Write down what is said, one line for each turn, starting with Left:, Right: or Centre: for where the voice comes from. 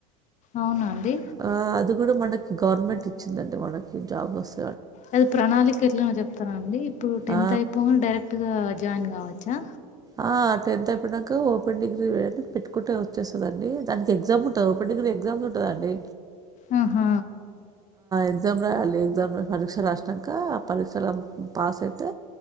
Left: అవునా అండి
Right: ఆ అది కూడా మనకు గవర్నమెంట్ ఇచ్చిందండి మనకి జాబ్ వస్
Left: అది ప్రణాళిక ఎట్లనో చెప్తారఅండి ఇప్పుడు టెన్త్
Right: ఆ
Left: అయిపోంగనె డైరెక్ట్ గా జాయిన్ కావ చ్చా
Right: ఆ టెన్త్ అయిపోయినాక ఓపెన్ డిగ్రీ పెట్టుకుంటే వచ్చేస్తదండీ దానికి ఎగ్జామ్ ఉంటది ఓపెన్ డిగ్రీ ఎగ్జామ్స్ ఉంటదండి
Left: ఆ. హా..
Right: ఎగ్జామ్ రాయాలి ఎగ్జమ్ లో పరీక్ష రాసాక ఆ పరీక్షలో పాస్ అయితే